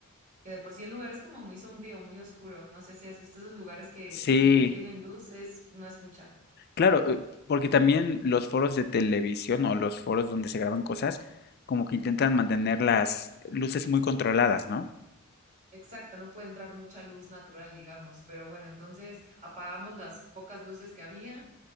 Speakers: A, on the right; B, on the left.
A: que de por sí el lugar es como muy sombrío, muy oscuro. No sé si has visto esos lugares que
B: Sí,
A: si bien tienen luz, es, no es mucha.
B: claro, eh, porque también los foros de televisión o los foros donde se graban cosas, como que intentan mantener las luces muy controladas, ¿no?
A: Exacto, no puede entrar mucha luz natural, digamos, pero bueno, entonces apagamos las pocas luces que habían